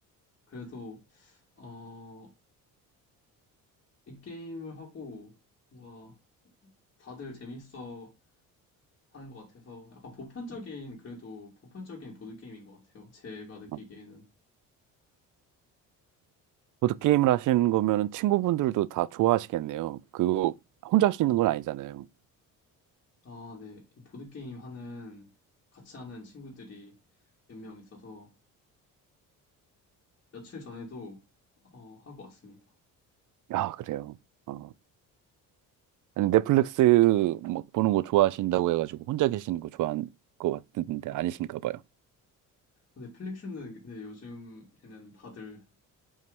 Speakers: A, on the left (about 35°); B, on the right (about 60°).
A: 그래도 어, 이 게임을 하고 뭔가 다들 재밌어 하는 것 같아서 약간 보편적인 그래도 보편적인 보드 게임인 것 같아요. 제가 느끼기에는
B: 어, 보드게임을 하시는 거면은 친구분들도 다 좋아하시겠네요. 그거 혼자 할 수 있는 건 아니잖아요.
A: 아, 네. 보드 게임 하는 같이 하는 친구들이 몇 명 있어서 며칠 전에도 어, 하고 왔습니다.
B: 아, 그래요? 어. 아니, 넷플릭스 뭐 보는 거 좋아하신다고 해가지고 혼자 계시는 거 좋아하는 것 같은데 아니신가 봐요.
A: 넷플릭스는 근데 요즘에는 다들